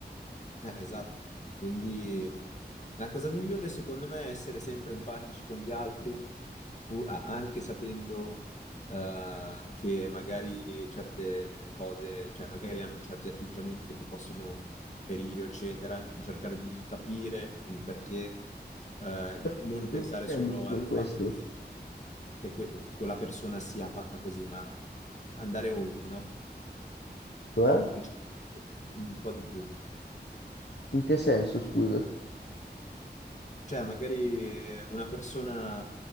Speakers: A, on the left; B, on the left.
A: Eh, esatto. Quindi la cosa migliore secondo me è essere sempre empatici con gli altri, pu- a- anche sapendo eh, che magari certe cose, cioè magari hanno certi atteggiamenti che ti possono ferire, eccetera. Cercare di capire il perché, eh,
B: Cioè,
A: non pensare
B: cosa intendi
A: solo
B: con
A: al
B: questo?
A: fatto di che, que- che quella persona sia fatta così, ma andare oltre, no?
B: Cioè?
A: Ricercare un po' di più.
B: In che senso, scusa?
A: Cioè, magari eh, una persona